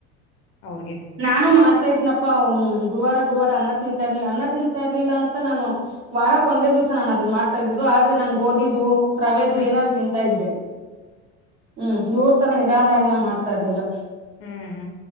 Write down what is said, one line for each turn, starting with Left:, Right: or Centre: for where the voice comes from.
Left: ಅವ್ರಿಗೆ.
Right: ನಾನು ಮಾಡ್ತಾ ಇದ್ನಪ್ಪ ಗುರುವಾರ ಗುರುವಾರ ಅನ್ನ ತಿಂತ ಇರ್ಲಿಲ್ಲ ಅನ್ನ ತಿಂತಾ ಇರ್ಲಿಲ್ಲ ಅಂತ ನಾನು. ವಾರಕ್ ಒಂದೇ ದಿವ್ಸ ನಾನ್ ಅದುನ್ ಮಾಡ್ತಾ ಇದಿದ್ದು ಆದ್ರೆ ನನ್ ಗೊದಿದ್ದು. ರವೆೇದು
Left: ಹ್ಮ್
Right: ಏನಾರು ತಿಂತ ಇದ್ದೆ ಹ್ಮ್. ತರ ನಿರಾರ ಎಲ್ಲಾ ಮಾಡ್ತಾ ಇರ್ಲಿಲ್ಲ.
Left: ಹಾ ಹಾ